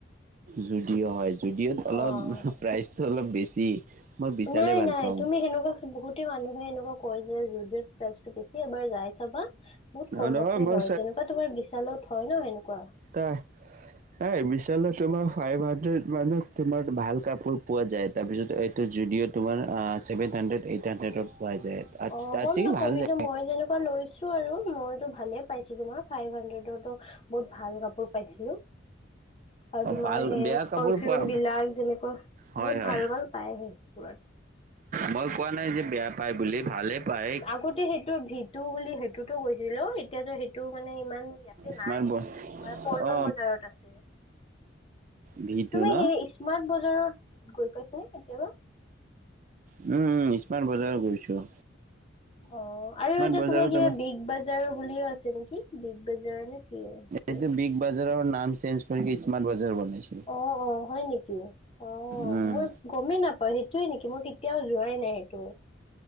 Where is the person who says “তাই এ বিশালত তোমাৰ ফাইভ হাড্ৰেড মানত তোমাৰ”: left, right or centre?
Right